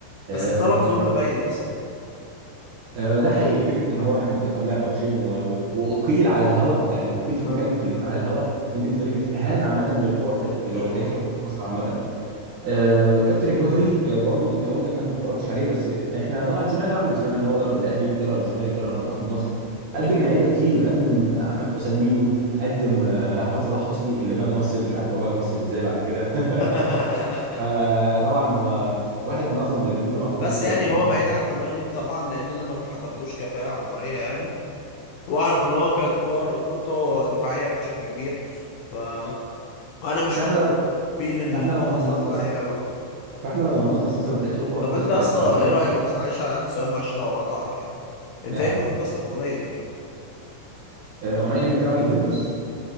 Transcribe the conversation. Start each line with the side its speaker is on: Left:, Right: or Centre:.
Right: آه،
Left: بس اتظلم ظلم مبين يا اسطى
Right: آه، ده حقيقي فكره
Left: اه
Right: ان هو راح المنتخب لعب ماتشين و... و... واقيل على الهوا يعني اقيل في مكالمه
Left: اه
Right: تليفون على الهوا دي بالنسبه لي كانت اهانه عامه للكره في تاريخ في لتاريخ
Left: طبعا
Right: الكره في مصر عامه آه،
Left: طبعا
Right: كابتن الجوهري آه، برضو انت قلت انك ما اتفرجتش عليه بس احنا طبعا سمعنا عنه سمعنا ان هو درب الاهلي درب الزمالك درب
Left: اه
Right: منتخب مصر
Left: اكيد
Right: قدم لعيبه كتير قدم احمد حسام ميدو قدم آه، احمد صلاح حسني اللي بقى ممثل مش عارف هو بقى ممثل ازاي بعد كده
Left: <laughs>
Right: <laughs> فطبعا هو واحد من اعظم المدربين طبعا في
Left: بس
Right: تاريخ
Left: يعني
Right: الكره
Left: هو
Right: المصريه
Left: بعيد عن دماغي طبعا لان انا ما حضرتوش كفاءة عمرية يعني واعرف ان هو كانت كور- كورته دفاعية بشكل كبير ف انا مش
Right: فاحنا
Left: من
Right: لو
Left: بين المدرسة
Right: فاحنا لو هنلخص
Left: الدفاعية قوي
Right: فاحنا لو هنلخص مثلا تاريخ الكرة
Left: طب
Right: في مصر
Left: انت يا
Right: كتدريب
Left: اسطى ايه رأيك بس معلش انا عندي سؤال معلش لو قطعك يعني انت
Right: يا
Left: ايه
Right: حبيبي
Left: رأيك يا اسطى في اوناي امري
Right: آه، اوناي امري بتاع يوفنتوس